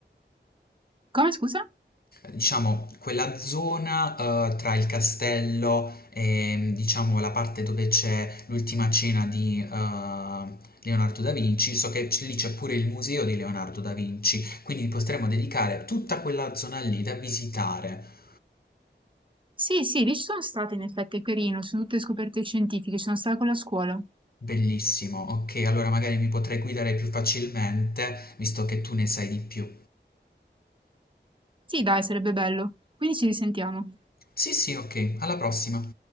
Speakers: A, on the right; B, on the left.
A: Come, scusa?
B: Diciamo, quella zona eh, tra il castello e, diciamo, la parte dove c'è l'ultima cena di eh, Leonardo da Vinci, so che c- lì c'è pure il museo di Leonardo da Vinci, quindi potremmo dedicare tutta quella zona lì da visitare
A: Sì, sì, lì ci sono state in effetti, è carino, sono tutte scoperte scientifiche, ci sono stata con la scuola.
B: Bellissimo, ok, allora magari mi potrai guidare più facilmente, visto che tu ne sai di più.
A: Sì dai, sarebbe bello, quindi ci risentiamo.
B: Sì, sì, ok, alla prossima.